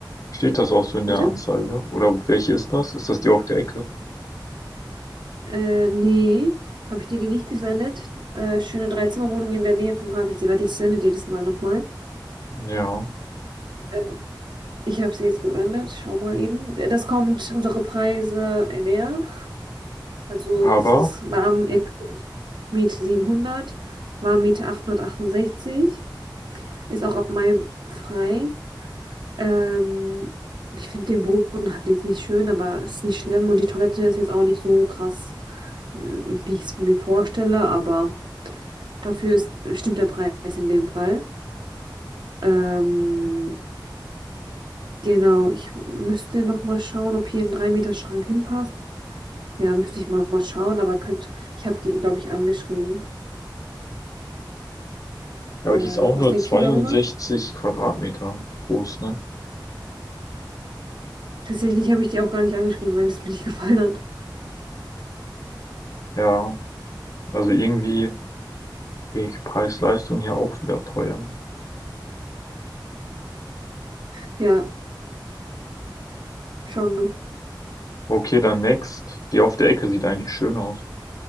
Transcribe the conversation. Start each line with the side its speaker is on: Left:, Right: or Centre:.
Left: steht das auch so in der
Right: Bitte?
Left: Anzeige? Oder welche ist das? Ist das die auf der Ecke?
Right: Äh, nee. Habe ich dir die nicht gesendet? Äh, schöne Dreizimmerwohnung in der Nähe vom Habichtsee. Warte, ich sende dir das mal nochmal.
Left: Ja,
Right: Äh, ich habe sie jetzt gesendet. Schau mal eben. Äh, Das kommt unsere Preise näher. Also,
Left: aber,
Right: das ist warm, ihr kriegt Miete 700, Warmmiete 868. Ist auch ab Mai frei. Ähm, ich finde den Boden halt jetzt nicht schön, aber ist nicht schlimm. Und die Toilette ist jetzt auch nicht so krass. äh, wie ich es mir vorstelle, aber dafür ist, stimmt der Preis in dem Fall. Ähm, genau, ich müsste noch mal schauen, ob hier ein drei meter schrank hinpasst. Ja, müsste ich mal, mal schauen, aber könnt, ich habe die, glaube ich, angeschrieben.
Left: ja,
Right: Äh,
Left: aber die ist auch
Right: was
Left: nur
Right: denkst
Left: 62
Right: du darüber?
Left: Quadratmeter groß, ne?
Right: Tatsächlich habe ich die auch gar nicht angeschrieben, weil es mir nicht <laughs> gefallen hat.
Left: Ja, also irgendwie ich Preis-Leistung hier auch wieder teuer.
Right: Ja, schon, ne?
Left: Okay, dann Next. Die auf der Ecke sieht eigentlich schön aus.